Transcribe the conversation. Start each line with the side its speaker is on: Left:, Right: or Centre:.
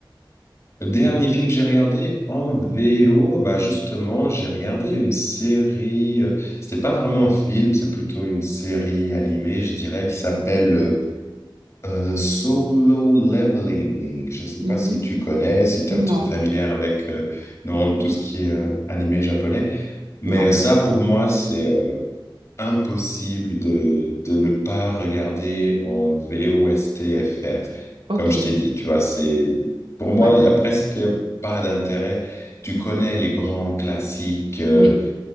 Left: Le dernier film que j'ai regardé en VO, bah justement, j'ai regardé une série. euh, C'était pas vraiment un film, c'est plutôt une série animée, je dirais, qui s'appelle euh, euh, Solo Leveling. Je sais
Right: Mhm.
Left: pas si tu connais, si tu es un petit
Right: Non,
Left: peu familière avec euh, non, tout ce qui est euh, animé japonais. Mais
Right: non.
Left: euh, ça, pour moi, c'est euh, impossible de, de ne pas regarder en VOSTFR.
Right: Ok.
Left: Comme je t'ai dit, tu vois, c'est, pour
Right: Ouais,
Left: moi, il y a presque pas d'intérêt. Tu connais les grands classiques, euh,
Right: oui.